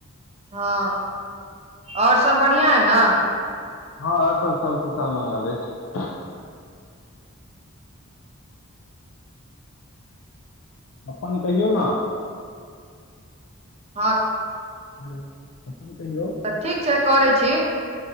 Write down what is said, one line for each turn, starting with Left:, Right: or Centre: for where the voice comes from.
Right: हँ आओर सब बढ़िआं है ने?
Left: हँ अर सब सब कुशाल मंगल अछि। अपन कहियौ ने।
Right: हँ
Left: हेलो अपनन कहियौ।
Right: तऽ ठीक छै करै छी